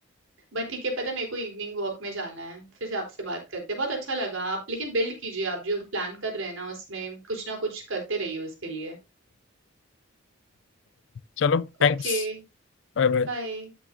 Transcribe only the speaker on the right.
बट ठीक है पता मेरे को इवनिंग वॉक में जाना है फिर से आपसे बात करते हैं बहुत अच्छा लगा आप लेकिन बिल्ड कीजिए आप जो प्लान कर रहे हैं ना उसमें कुछ ना कुछ करते रहिए उसके लिए
ओके
बाय